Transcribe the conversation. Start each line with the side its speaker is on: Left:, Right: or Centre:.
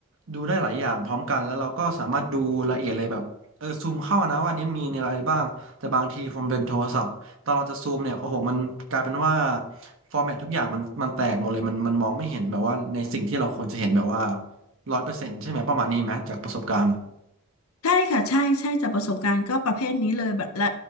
Right: ดูได้หลายอย่างพร้อมกันแล้วเราก็สามารถดูละเอียดเลยแบบเออซูมเข้านะว่าอันนี้มีอะไรบ้างแต่บางทีผมเป็นโทรศัพท์ตอนเราจะซูมเนี่ยโอ้โหมันกลายเป็นว่าฟอร์แมตทุกอย่างมันมันแตกหมดเลยมันมันมองไม่เห็นแบบว่าในสิ่งที่เราควรจะเห็นแบบว่าร้อยเปอร์เซ็นต์ใช่ไหมประมาณนี้ไหมจากประสบการณ์
Left: ใช่ค่ะใช่ใช่จากประสบการณ์ก็ประเภทนี้เลยแบบละ